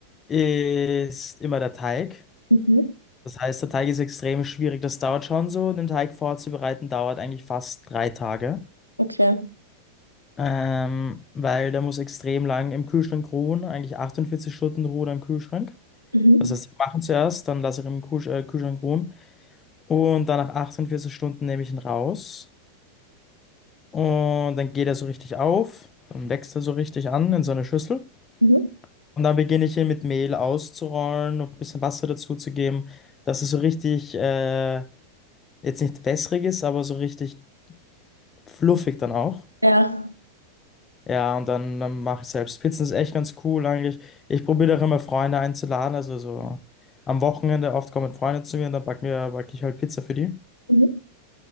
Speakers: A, on the left; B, on the right.
A: ist immer der Teig.
B: Mhm.
A: Das heißt, der Teig ist extrem schwierig. Das dauert schon so. Den Teig vorzubereiten dauert eigentlich fast drei Tage.
B: Okay.
A: Ähm, weil der muss extrem lang im Kühlschrank ruhen, eigentlich 48 Stunden Ruhe im Kühlschrank.
B: Mhm.
A: Das heißt, ich mache ihn zuerst, dann lasse ich ihn im Kuhsch- äh, Kühlschrank ruhen und dann nach 48 Stunden nehme ich ihn raus und dann geht er so richtig auf, dann wächst er so richtig an in so eine Schüssel
B: Mhm.
A: und dann beginne ich ihn mit Mehl auszurollen und ein bisschen Wasser dazu zu geben, dass es so richtig, äh, jetzt nicht wässrig ist, aber so richtig fluffig dann auch.
B: Ja.
A: Ja, und dann, dann mache ich selbst. Pizzen ist echt ganz cool eigentlich. Ich probiere auch immer Freunde einzuladen. Also so am Wochenende oft kommen Freunde zu mir und dann backen wir, backe ich halt Pizza für die.
B: Mhm.